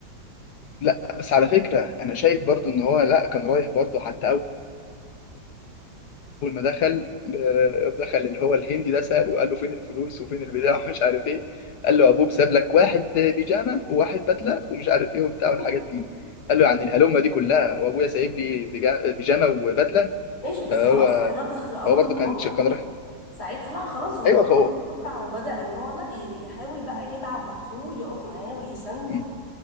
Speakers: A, on the left (about 65°); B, on the left (about 85°).
A: لا بس على فكره انا شايف برضو ان هو لا كان رايح برضو حتى اول ما دخل آه، دخل اللي هو الهندي ده ساله قال له فين الفلوس وفين البتاع <laughs> ومش عارف ايه قال له ابوك ساب لك واحد بيجامه وواحد بدله ومش عارف ايه وبتاع
B: <laughs>
A: والحاجات دي قال له يعني الهلومه دي كلها وابويا سايب لي بجا- بيجامه وبدله
B: ماشي بس
A: فهو
B: خلاص رضخ لأمر
A: هو برضه
B: الواقع
A: كان كان راح
B: ساعتها لا خلاص هو
A: ايوه
B: بقى
A: فهو
B: متوقع وبدأ ان هو لا ي- يحاول بقى يدعم مع اخوه يقف معاه ويسنده
A: مم.